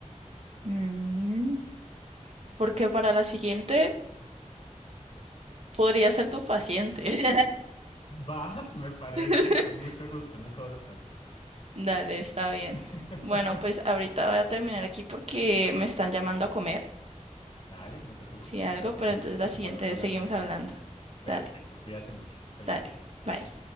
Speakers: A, on the right; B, on the left.
A: Mm, porque para la siguiente podría ser tu paciente.
B: Va, <laughs> me parece,
A: <laughs>
B: con mucho gusto, no cobro tanto.
A: Dale, está bien.
B: <laughs>
A: Bueno, pues ahorita voy a terminar aquí porque me están llamando a comer,
B: Dale, no te preocupes.
A: si algo,
B: Entonces
A: pero entonces la
B: estamos
A: siguiente vez
B: hablando
A: seguimos
B: en otro
A: hablando.
B: momento. Perfecto,
A: Dale,
B: cuídate mucho. Feliz
A: dale.
B: día.
A: Bye.